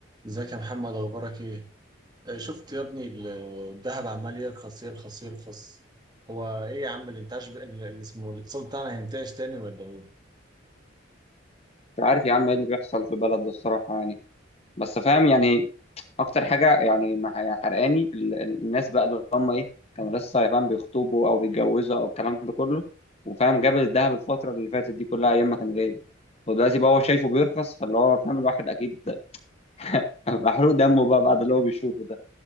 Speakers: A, on the right (about 20°); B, on the left (about 30°).
A: ازيك يا محمد اخبارك ايه آه، شفت يا ابني ال- الذهب عمال يرخص يرخص يرخص هو ايه يا عم الانتعاش ب- ال- اللي اسمه الاقتصاد بتاعنا هينتعش تاني ولا ايه
B: مش عارف يا عم ايه اللي بيحصل في البلد ده الصراحة يعني بس فاهم يعني اكتر حاجة يعني مع- حرقاني ال- ال- الناس بقى اللي هم ايه كانوا لسه يا فاهم بيخطبوا او بيتجوزوا او الكلام ده كله وفاهم جاب الذهب الفترة اللي فاتت دي كلها ايام ما كان غالي ودلوقتي بقى هو شايفه بيرخص فاللي هو فاهم الواحد اكيد <laughs> محروق دمه بقى بعد اللي هو بيشوفه ده